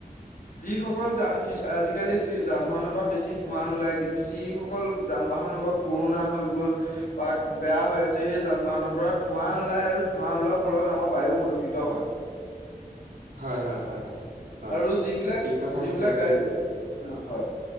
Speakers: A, on the left (about 70°); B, on the right (about 80°).
A: যিসকল যা কিছু আজিকালি যান বাহনৰ পৰা বেছি ধোঁৱা নোলায় কিন্তু যিসকল যান বাহনৰ পৰা পুৰণা হৈ গ'ল। পাক বেয়া হৈ আছে, সেই যান বাহনৰ পৰা ধোঁৱা ওলাই আৰু ধোঁৱা ওলোৱাৰ ফলত আমাৰ বায়ু। প্ৰদূষিত হয়।
B: হয় হয় হয় হয়
A: আৰু যিবিলাক
B: ঠিক কথা
A: যিবিলাক।
B: কৈছা তুমি
A: অ'
B: এতিয়া
A: হয়,